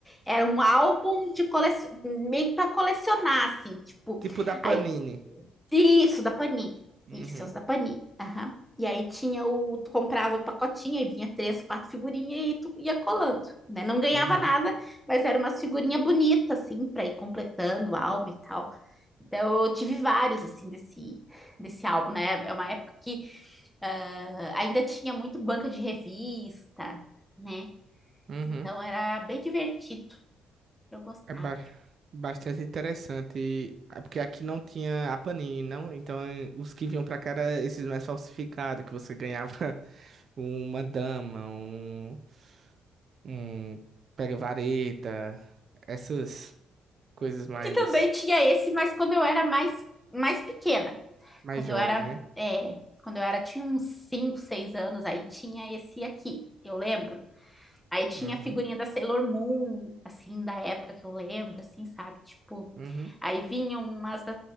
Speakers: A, in the centre; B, on the right.
A: Era um álbum de coleção, meio para colecionar, assim, tipo,
B: Tipo da Panini.
A: aí, isso, da Panini.
B: Uhum,
A: Isso, os da Panini. Aham. E aí tinha o, tu comprava o pacotinho, aí vinha três, quatro figurinhas e tu ia colando, né? Não ganhava
B: uhum,
A: nada, mas era umas figurinha bonita, assim, para ir completando o álbum e tal. Então, eu tive vários, assim, desse, desse álbum, né? É uma época que ah, ainda tinha muito banca de revista, né?
B: uhum.
A: Então, era bem divertido. Eu gostava.
B: É ba- bastante interessante, Ah, porque aqui não tinha a Panini, não? Então eh, os que vinham pra cá eram esses mais falsificados, que você ganhava <laughs> uma dama, um, um pega-vareta, essas coisas mais,
A: Que também tinha esse, mas quando eu era mais, mais pequena.
B: mais
A: Quando
B: jovem,
A: eu era,
B: né?
A: é, quando eu era, tinha uns 5 6 anos, aí tinha esse aqui, eu lembro. Aí tinha
B: Uhum,
A: a figurinha da Sailor Moon, assim, da época que eu lembro, assim, sabe? Tipo,
B: uhum,
A: aí vinham umas. Da...